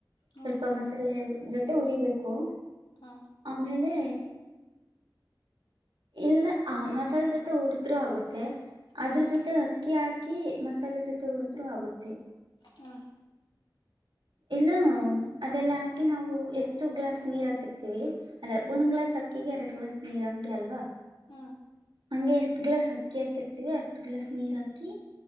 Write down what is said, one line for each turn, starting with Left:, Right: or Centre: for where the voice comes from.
Left: ಹ್ಮ್
Right: ಸ್ವಲ್ಪ ಮಸಾಲೆ ಜೊತೆ ಉರಿಬೇಕು
Left: ಹಾ
Right: ಆಮೇಲೆ ಇಲ್ಲ ಆ ಮಸಾಲೆ ಜೊತೆ ಉರಿದರು ಆಗುತ್ತೆ. ಅದರ
Left: ಹ್ಮ್
Right: ಜೊತೆ ಅಕ್ಕಿ ಹಾಕಿ ಮಸಾಲೆ ಜೊತೆ ಹುರಿದ್ರು ಆಗುತ್ತೆ.
Left: ಹಾ
Right: ಇಲ್ಲ ಅದೆಲ್ಲಾ ಹಾಕಿ ನಾವು ಎಷ್ಟು ಗ್ಲಾಸ್ ನೀರ್ ಹಾಕಿರ್ತೀವಿ ಅಲ್ಲ
Left: ಹ್ಮ್
Right: ಒಂದ್ ಗ್ಲಾಸ್ ಅಕ್ ಅಕ್ಕಿಗೆ ಎರಡ ಗ್ಲಾಸ್ ನೀರ ಹಾಕ್ತೀ ಅಲ್ವಾ?
Left: ಹ
Right: ಹಂಗೆ ಎಷ್ಟ್ ಗ್ಲಾಸ್ ಅಕ್ಕಿ ಹಾಕಿರ್ತೀವಿ ಅಷ್ಟ ಗ್ಲಾಸ್ ನೀರ್ ಹಾಕಿ.